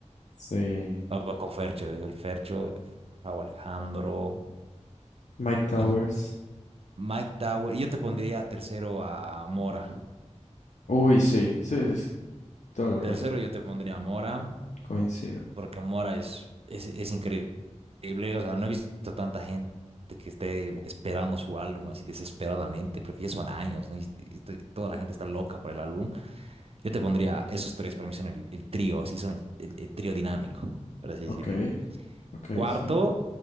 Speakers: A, on the left; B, on the right.
A: Sí.
B: no, no, con Fercho, digo, el Fercho, Raúl Alejandro,
A: Mike Towers.
B: y Mike Tower. Yo te pondría tercero a Mora.
A: Uy, sí, sí, sí, sí. Toda la
B: Tercero
A: razón.
B: yo te pondría a Mora,
A: Coincido.
B: porque Mora es, es, es increíble. O sea, no he visto tanta gente que esté esperando su álbum así desesperadamente, porque ya son años, ¿no? Y, y estoy- toda la gente está loca por el álbum. Yo te pondría esos tres, para mí son el, el trío, así son el, el- el trío dinámico, por así decirlo.
A: Ok, ok,
B: Cuarto,
A: sí.